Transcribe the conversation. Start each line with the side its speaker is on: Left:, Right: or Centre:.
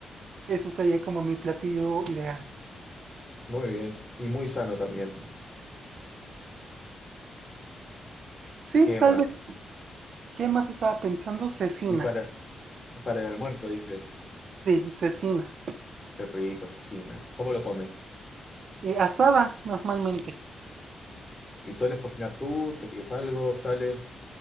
Right: eso sería como mi platillo ideal.
Left: Muy bien. Y muy sano también.
Right: Sí,
Left: ¿Qué
Right: tal
Left: más?
Right: vez. ¿Qué más estaba pensando? Cecina.
Left: Y para, para el almuerzo dices,
Right: Sí, cecina.
Left: qué rico, cecina. ¿Cómo lo comes?
Right: Eh, asada, normalmente.
Left: ¿Y sueles cocinar tú? ¿Te pides algo? ¿Sales?